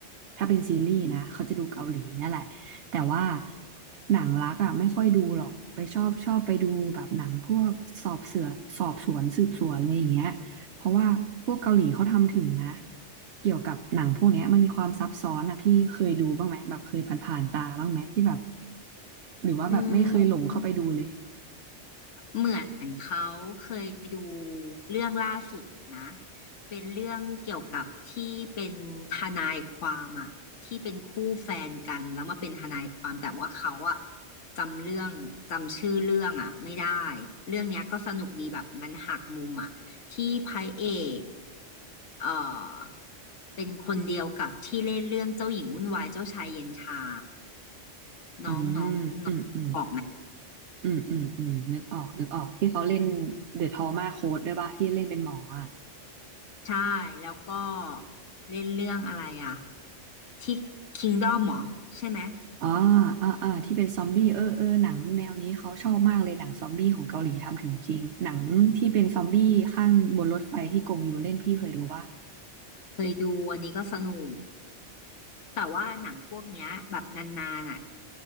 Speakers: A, on the right; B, on the left.
A: ถ้าเป็นซีรีส์นะเขาจะดูเกาหลีเนี่ยแหละแต่ว่าหนังรักอ่ะไม่ค่อยดูหรอกไปชอบชอบไปดูแบบหนังพวกสอบเสือสอบสวนสืบสวนอะไรอย่างเงี้ยเพราะว่าพวกเกาหลีเขาทำถึงนะเกี่ยวกับหนังพวกเนี้ยมันมีความซับซ้อนอ่ะพี่เคยดูบ้างไหมแบบเคยผ่านๆตาบ้างไหมที่แบบ หรือว่าแบบไม่เคยหลงเข้าไปดูเลย
B: อืม เหมือนเขาเคยดูเรื่องล่าสุดนะเป็นเรื่องเกี่ยวกับที่เป็นทนายความอะที่เป็นคู่แฟนกันแล้วมาเป็นทนายความแต่ว่าเขาอะจำเรื่องจำชื่อเรื่องอะไม่ได้เรื่องเนี้ยก็สนุกดีแบบมันหักมุมอะที่พระเอกเอ่อเป็นคนเดียวกับที่เล่นเรื่องเจ้าหญิงวุ่นวายเจ้าชายเย็นชาน้องน้องน้องออกไหม
A: อืมอืมอืมอืมอืมอืมนึกออกนึกออก ที่เขาเล่นเดอะทอมาโค้ดด้วยป่ะที่เล่นเป็นหมออ่ะ
B: ใช่แล้วก็เล่นเรื่องอะไรอะ ที่คิงด้อมเหรอใช่ไหม
A: อ่าอ่าอ่าที่เป็นซอมบี้เออเออหนังแนวนี้เขาชอบมากเลยหนังซอมบี้ของเกาหลีทำถึงจริง หนังที่เป็นซอมบี้ข้างบนรถไฟที่กงอยู่เล่นพี่เคยดูป่ะ
B: เคยดูอันนี้ก็สนุก แต่ว่าหนังพวกเนี้ยแบบนานๆอ่ะ